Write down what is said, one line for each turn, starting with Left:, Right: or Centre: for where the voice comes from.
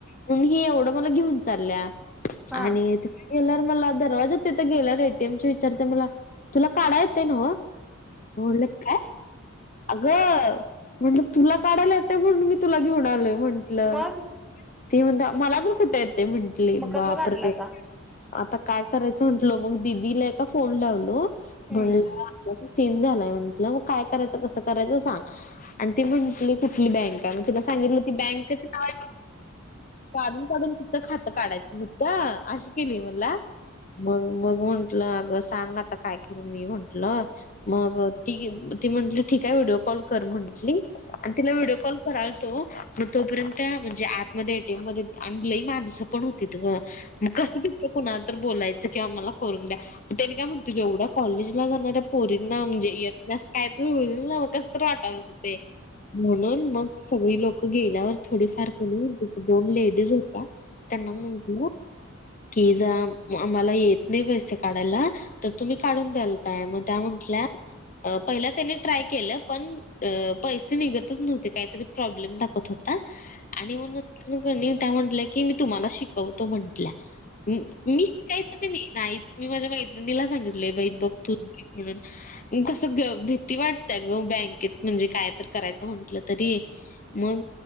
Left: म्हणून ही एवढं मला घेऊन चालल्या,
Centre: हा
Left: आणि ति गेल्यावर मला दरवाजा तिथं गेल्यावर एटीएम च्या विचारत्या मला, तुला काढाय येतय न्हवं? मी म्हंट काय? अगं! म्हटलं तुला काढायला येतंय म्हणून मी तुला घेऊन आलोय म्हंटलं,,
Centre: मग
Left: ती म्हणत्या मला तर कुठ येतय म्हंटली,
Centre: मग
Left: बापरे!
Centre: कसं काढलासा
Left: आता काय करायचं म्हटलो, मग दिदीला एका फोन लावलो,
Centre: एक
Left: म्हणलं सीन झालाय म्हंटलं, मग काय करायचं कसं करायचं सांग, आणि ती म्हंटली कुठली बँक काय म तिला सांगितलं ती बँकच नाव ऐकून, काढून काढून तिथं खातं काढायच हु तं अशी केली मला, मग मग म्हंटलं अग सांग आता काय करू मी म्हण म्हंटलं, मग ती ती म्हंटली ठीक आहे व्हिडिओ कॉल कर म्हंटली आणि तिला व्हिडिओ कॉल करालतो, मग तोपर्यंत म्हणजे आतमध्ये एटीएम मध्ये, अन लई माणसं पण होतीत गं, मग कसं ति कुणाला तर बोलायचं किंवा आमाला करून द्या त्यांनी काय म्हणतील, एवढ्या कॉलेजला जाणाऱ्या पोरींना म्हणजे येत नाय असं काय तर होईल ना, म कस तर वाटालत ते, म्हणून मग सगळी लोकं गेल्यावर थोडी फार म्हणून तिथं दोन लेडीज होत्या, त्यांना म्हंटलं प्लीज आम्हाला येत नाही पैसे काढायला तर तुम्ही काढून द्याल काय, मग त्या म्हंटल्या पहिला त्यांनी ट्राय केलं पण अ पैसे निघतच नव्हते, काहीतरी प्रॉब्लेम दाखवत होता. आणि मग नंतर न क नही त्या म्हंटल्या, की मी तुम्हाला शिकवतो म्हटल्या, मी कायईचं क नाही, नाहीचं,, मी माझ्या मैत्रिणीला सांगितलोय बाई बघ तूं. म्हणून,, कसं भीती वाटत्या गं बँकेतं म्हणजे कायं तर करायचं म्हंटलं. तरी, मग